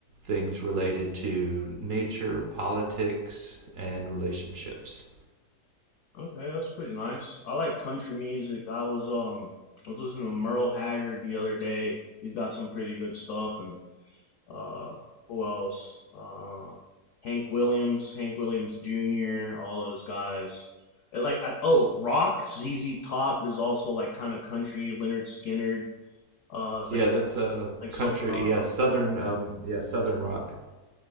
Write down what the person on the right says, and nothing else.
things related to nature, politics, and relationships.
Yeah,
that's uh,
country.
Yeah,
southern. Um, yeah, southern rock.